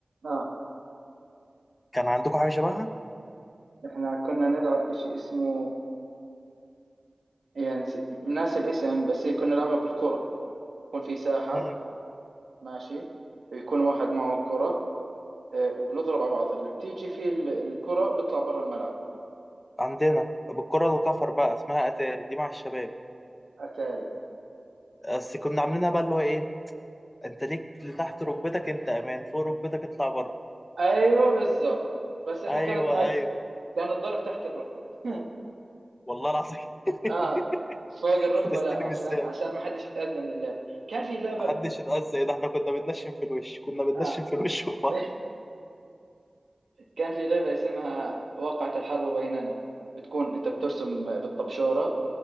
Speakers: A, on the right; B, on the left.
A: آه
B: كان عندكم حاجة شبهها؟
A: إحنا كنا نلعب إشي اسمه يعني زي- ناس الاسم بس هي كنا نلعبها بالكرة يكون في ساحة
B: مم.
A: ماشي يكون واحد معه كرة آه، وبنضرب على بعض اللي بتيجي فيه ال- الكرة بيطلع برا الملعب
B: عندنا بالكرة الكفر بقى اسمها أتاري دي مع الشباب
A: أتاري
B: بس كنا عاملينها بقى اللي هو إيه أنت ليك لتحت ركبتك أنت أمان فوق ركبتك اطلع بره
A: أيوة بالضبط بس إحنا
B: أيوه
A: كانت العكس
B: أيوه
A: كان الضرب تحت الركبة <laughs>
B: والله العظيم <laughs>
A: آه فوق الركبة
B: هتستلم
A: لا عشان
B: إزاي؟
A: عشان ما حدش يتأذى من اللعب كان في لعبة
B: محدش يتأذى ده إحنا كنا بننشن في الوش كنا بننشن
A: آه
B: في الوش والبطن
A: <laughs> كان في لعبة اسمها وقعت الحرب بيننا بتكون أنت بترسم بالطبشورة